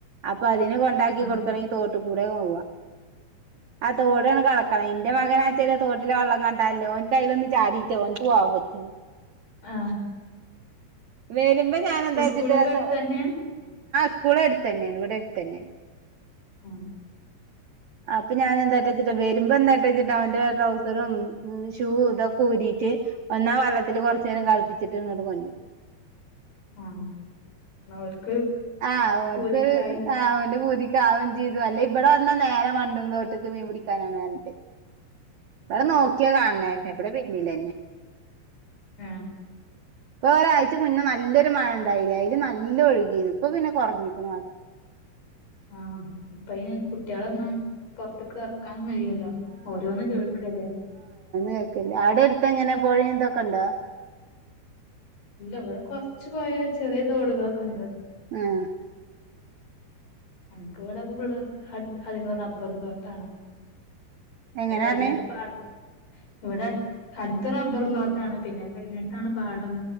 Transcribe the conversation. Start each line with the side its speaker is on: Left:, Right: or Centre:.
Right: അപ്പൊ അതിന് കൊണ്ടാക്കി
Left: ആ
Right: കൊടുക്കണമെങ്കി തോട്ടി കൂടെ പോവുംവാ ആ തോടാണ് കടക്കാണ്ണേ എന്റെ മകനാച്ചല് തോട്ടിലെ വെള്ളം കണ്ടാലിലേ ഓനിക്ക് അതിലൊന്ന് ചാടിട്ടോഓനക്ക് പോവാൻ പറ്റുള്ളു
Left: ആ
Right: വരുമ്പോ ഞാൻ എന്താ വെച്ചിട്ട
Left: സ്കൂളൊക്കെ അടുത്തന്നെ
Right: സ്കൂള് അടുത്ത് തന്നെയാണ് ഇവിടെ അടുത്തു തന്നെയാണ്
Left: ആ
Right: അപ്പൊ ഞാനെ എന്താ വെച്ചിട്ടാ വരുമ്പോ എന്താട്ട വച്ചിട്ടാ അവന്റെ ട്രൗസറും ഷൂ ഇതൊക്കെ ഊരി റ്റ് ഒന്നാ വെള്ളത്തിൽ കുറച്ച് നേരം
Left: ആ
Right: കളിപ്പിച്ചിട്ട്ങ്ങോട്ട് കൊണ്ടരും
Left: ആ. അവർക്ക്
Right: ആ അവനിക്കരു
Left: പൂതിക്കായി
Right: ആ അവന്റെ പുതി ക്കവും ചെയ്തു അല്ലേ ഇവിടെ വന്നാ നേരം മണ്ടും തോട്ടേക്ക് മീൻ പിടിക്കാനാണ് പറഞ്ഞിട്ട്
Left: ആ
Right: ഇടെ നോക്കിയാ കാണണെ ഇവിടെ പിന്നിലന്നെ
Left: ആ
Right: ഇപ്പൊ ഒരാഴ്ച്ച മുന്നേ നല്ലൊരു മഴ ഉണ്ടായില്ല അതില് നല്ല ഒഴുകിന്ന് ഇപ്പൊ പിന്നെ കുറഞ്ഞ് നിക്കുണു പറഞ്ഞു
Left: ആ ഇപ്പയിന് കുട്ടികളൊന്നും പൊറത്തക്ക് ഇറ കേക്കാൻ കഴിയുല്ല ഓരോന്ന് കേൾക്കുല്ലേ
Right: കേൾക്കല്ലേ അവിടെ അടുത്ത് എങ്ങനെ പോഴ ഇതൊക്കെ ഇണ്ടോ
Left: ഇല്ല ഇവിടെ കൊറച്ച് പോയാ ചെറിയ തോടുകളൊക്കെ ഉണ്ട്
Right: ഉം
Left: എനിക്ക്. ഇവിടെ ഫുള്ള് അധികം റബ്ബർ തോട്ടാണ്
Right: എങ്ങനെ
Left: കഴഞ്ഞിട്ട്
Right: പറഞ്ഞേ
Left: പാഠം ഇവിടെ അടു അടുത്ത് റബ്ബറുതോട്ടാണ് പിന്നെ കഴിഞ്ഞിട്ടാണ് പാടം